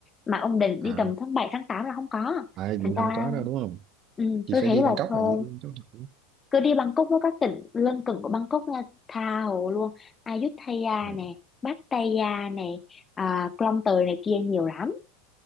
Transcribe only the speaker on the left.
mà ông định
đi tầm tháng 7 tháng 8 là không có
thành ra
ừ,
tôi
thấy
là
thôi
cứ đi Bangkok với các tỉnh lân cận của Bangkok nha tha hồ luôn Ayutthaya
nè Pattaya nè à, Klong Toei này kia nhiều lắm